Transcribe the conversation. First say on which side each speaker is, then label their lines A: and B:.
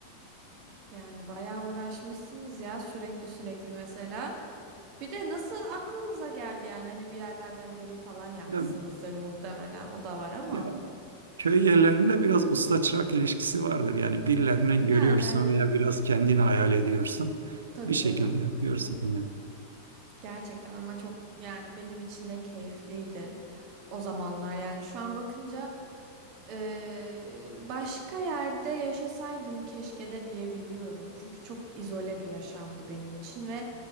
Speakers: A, on the right; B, on the right.
A: Yani bayağı uğraşmışsınız ya sürekli sürekli mesela. Bir de nasıl aklınıza geldi yani hani bir yerlerden görüp falan yapmışsınızdır
B: Ya,
A: muhtemelen. O da var ama
B: ya, köy yerlerinde biraz usta çırak ilişkisi vardır. Yani birilerinden
A: yani
B: görüyorsun veya biraz kendini hayal ediyorsun.
A: tabii
B: Bir şekilde
A: canım.
B: yapıyorsun yani.
A: Gerçekten ama çok yani benim için de keyifliydi o zamanlar yani şu an bakınca Ee, başka yerde yaşasaydım keşke de diyebiliyorum. Çünkü çok izole bir yaşamdı benim için ve